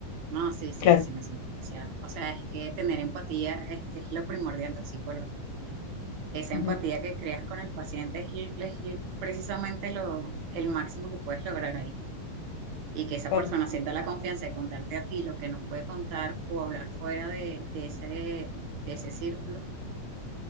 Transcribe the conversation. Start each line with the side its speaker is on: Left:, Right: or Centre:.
Right: No, sí, sí,
Left: Claro.
Right: sí me siento especial. O sea, es que tener empatía es, es lo primordial de un psicólogo. Esa
Left: Ujú,
Right: empatía que creas con el paciente es, es precisamente lo, el máximo que puedes lograr ahí. Y que esa
Left: claro.
Right: persona sienta la confianza de contarte a ti lo que no puede contar o hablar fuera de, de ese, de ese círculo.